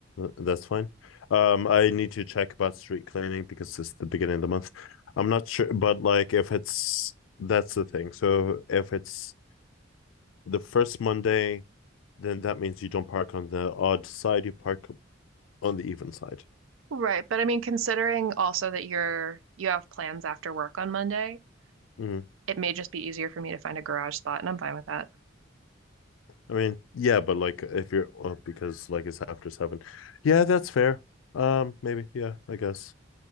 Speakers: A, on the left (about 80°); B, on the right (about 85°).
A: That's fine. Um, I need to check about street cleaning because it's the beginning of the month. I'm not sure, but like if it's that's the thing. So if it's the first Monday, then that means you don't park on the odd side. You park on the even side.
B: Right, but I mean, considering also that you're you have plans after work on Monday,
A: Mm.
B: it may just be easier for me to find a garage spot, and I'm fine with that.
A: I mean, yeah, but like if you're oh, because like it's after seven. Yeah, that's fair. Um, maybe. Yeah, I guess.